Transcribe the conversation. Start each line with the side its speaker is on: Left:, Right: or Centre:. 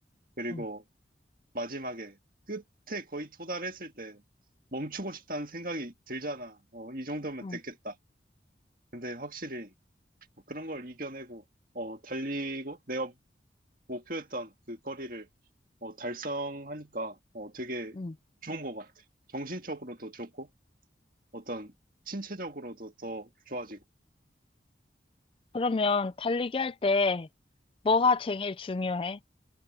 Right: 그리고
Left: 응,
Right: 마지막에 끝에 거의 도달했을 때 멈추고 싶다는 생각이 들잖아. 어, 이 정도면
Left: 응,
Right: 됐겠다. 근데 확실히 뭐 그런 걸 이겨내고 어, 달리고 내가 목표했던 그 거리를 어, 달성하니까 어, 되게
Left: 응.
Right: 좋은 것 같아. 정신적으로도 좋고 어떤 신체적으로도 더 좋아지고.
Left: 그러면 달리기 할 때 뭐가 제일 중요해?